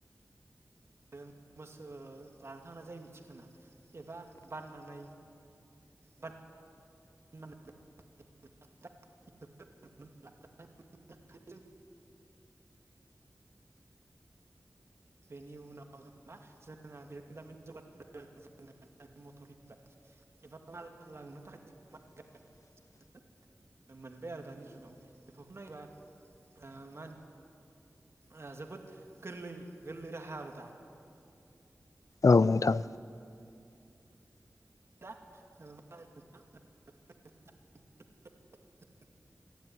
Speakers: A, on the right (about 50°); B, on the left (about 70°).
A: दों मोसो लाना थांनाय जायो मिथिखा एबा बाननानै। बान न <unintelligible> <unintelligible> <unintelligible> बेनि उनाव जों मा जोंना बिरोंदामिन जौगा <unintelligible> गारि मथरनि <unintelligible> एबा माल लांनो थाखाय जों <unintelligible>
B: <inaudible>
A: <unintelligible> मोनबाय आरो दानि जुगाव बेफोरखौ नायोबा ओ मा होनो ओ जोबोद गोरलै गोरलै राहा आरो दा।
B: औ नोंथां।
A: <unintelligible>